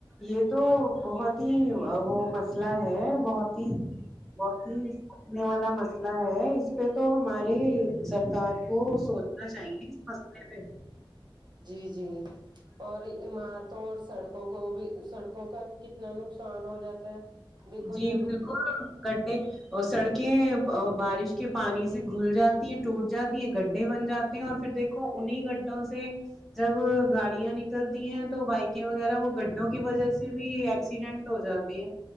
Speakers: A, in the centre; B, on the right (about 55°).
A: یہ تو بہت ہی وہ مس مسلہ ہے بہت ہی بہت ہی رنے والا مسئلہ ہے اس پہ تو ہماری سرکار کو سوچنا چاہیے اس مسئلے پہ
B: جی جی اور عمارتوں اور سڑکوں کو بھی سڑکوں کا کتنا نقصان ہو جاتا ہے دیکھو
A: جی
B: جب
A: بالکل گڈھے اور سڑکیں بارش کے پانی سے گھل جاتی ہیں ٹوٹ جاتی ہیں گڈھے بن جاتے تی ہے اور پھر دیکھو انہی گڈھوں سے جب گاڑیاں نکلتی ہیں تو بائکیں وغیرہ وہ گڈھوں کی وجہ سے بھی ایکسیڈنٹ ہو جاتے ہیں